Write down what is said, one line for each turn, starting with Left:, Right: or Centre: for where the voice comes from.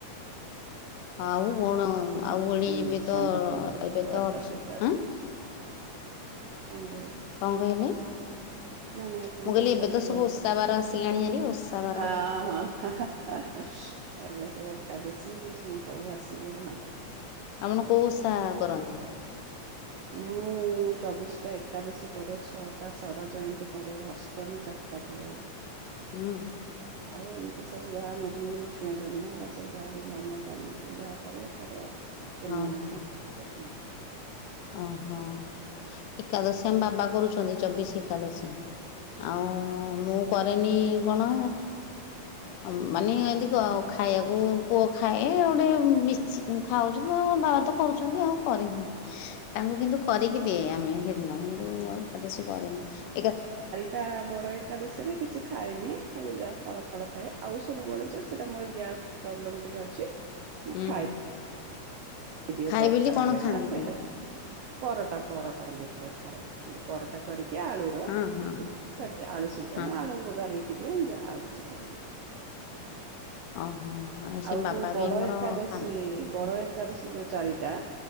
Left: ଆଉ କଣ? ଆଉ ଓଳି
Right: ହୁଁ
Left: ଏବେ
Right: ଷଣ୍ଢପୁର
Left: ତ ଏବେ ତ
Right: ଆଦର୍ଶ
Left: ଏଁଅଁ
Right: ବିଦ୍ୟାଳୟ କଣ କହିଇଲା?
Left: କଣ କହିଲେ?
Right: ନାଁ ନାଇଁ ଆପଣ
Left: ମୁଁ କହିଲି
Right: କଣ
Left: ଏବେ
Right: କହୁଥିଲେ?
Left: ତ ସବୁ ଓଷା ବାର ଆସିଲାଣି
Right: ପିତାମ୍ବରୀ
Left: ହାରି ଓଷା ବାର
Right: ଆଁ ଅଁ ଅଁ ଅଁ ହଁ। ହେଁ ହେଁ ଏବେ ସବୁ ଏକାଦଶୀ ସୁଁ ଫବୁ ଆସିକି ମା
Left: ଆପଣ କୋଉଁ ଓଷା କରନ୍ତି?
Right: ମୁଁ। ମୁଁ ଚବିଶୀଟା ଏକାଦଶୀ କରେ ଛଅଟା ଷଡ଼ ଜୟନ୍ତୀ କରେ ଅଷ୍ଟମୀ ଚାରିଟା କରେ।
Left: ହୁଁ।
Right: ମୁଁ ଏମିତି ସବୁ ଯାହା ମଝି ମଝି ରେ ନୃସିଂହ ଜନ୍ମ ଏଗୁରା ସବୁ ଯାହା ବ୍ରାହ୍ମଣ ଦାନ ପୂଜା ଯାହା ପଡେ କରେ ଆଉ। ପୁର୍ଣ୍ଣମୀ
Left: ହଁ ହଁ
Right: ସଁ ସେତିକି
Left: ଓହୋ ଏକାଦଶୀ ଆମ ବାବା କରୁଛନ୍ତି ଚବିଶୀ ଏକାଦଶୀ। ଆଉ ମୁଁ କରେନି କଣ? ଅଁମଁ ମାନେ ଏନ୍ତି କଣ ଖାଇଆକୁ ପୁଅ ଖାଏ ଗୋଟେ ବିଷ ସି ଖାଉଛୁଁ ବାବା ତ କରୁଛନ୍ତି ଆଉ କରିନି ତାଙ୍କୁ କିନ୍ତୁ କଁ କରିକି ଦିଏ ଆମେ ସେଦିନ କିନ୍ତୁ ଆଉ ଏକାଦଶୀ କରିନି ଏକା
Right: ଟା ବଡ଼ ଏକାଦଶୀରେ କିଛି ଖାଁଏନି ଖାଲି ଯା ଫଳ ଫଳ ଖାଏ ଆଉ ସବୁ ବେଳେ ଯୋଉଁ ସେଟା ମୋର ଗ୍ୟାସ୍ ପ୍ରୋବ୍ଲେମ୍ ଟିକେ ଅଛି। ମୁଁ
Left: ହୁଁ
Right: ଖାଇ ଦିଏ
Left: ଖାଏ
Right: ପରଟା
Left: ବେଲି କଣ
Right: ହେରିକା
Left: ଖାଆନ୍ତି।
Right: ଏଇଟା ପରଟା ପରଟା ଲେଖବା ଖାଏ ପରଟା କରିକି ଆଳୁର।
Left: ହଁ ହଁ
Right: କଡ଼ି ଆଳୁ ଶିଦାନ
Left: ହଁ
Right: ଆଳୁ ବଘାରି କି ଟିକେ ଯାହା ଅଉ ଆଳୁ ଖାଏ।
Left: ଓହୋ ସେ
Right: ଆଉ
Left: ବାବା
Right: ଯୋଉଁ ବଡ
Left: ବି ଆମର
Right: ଏକାଦଶୀ
Left: ଖାଆନ୍ତି
Right: ବଡ ଏ ଏକାଦଶୀ ଯୋଉଁ ଚାରିଟା